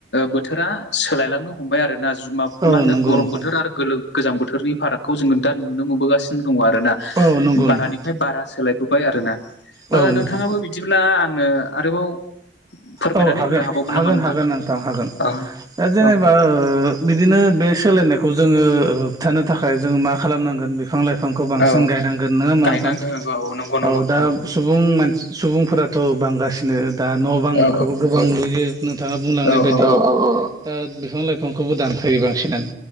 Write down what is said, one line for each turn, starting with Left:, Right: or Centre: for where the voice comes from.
Left: बोथोरा सोलायलांनो हमबाय आरो ना मा
Right: औ
Left: होनो
Right: नंगौ
Left: गरम
Right: नोंथां
Left: बोथोर आरो गोल गोजां बोथोरनि फारागखौ जोङो दा नुनो मोनबोगासिनो दङ आरोना
Right: औ नंगौ
Left: बारानिफ्राय
Right: नोंथां
Left: बारा सोलायबोबाय आरोना
Right: औ नोंथां
Left: नोंथाङाबो बिदिब्ला आंनो आरोबाव फोरमायनानै
Right: औ हागोन
Left: होनो हाबावगोन
Right: हागोन
Left: नामा
Right: हागोन नोंथां हागोन
Left: औ
Right: दा जेनेबा
Left: औ
Right: बिदिनो बे सोलायनायखौ जोङो होबथानो थाखाय जोङो मा खालामनांगोन बिफां-लाइफां बिफांखौ बांसिन
Left: औ
Right: गायनांगोन नङा होमा
Left: गायनांगौ
Right: नोंथां
Left: नंगौ नंगौ नंगौ
Right: औ
Left: नोंथां
Right: दा
Left: नंगौ
Right: सुबुं मानसि सुबुंफोराथ' बांगासिनो दा न' बां
Left: औ
Right: खौबो गोबां नुयो नोंथाङा बुंलांनाय
Left: औ
Right: बायदि
Left: औ
Right: दा बिफां लाइफांखौबो दानफायो बांसिनानो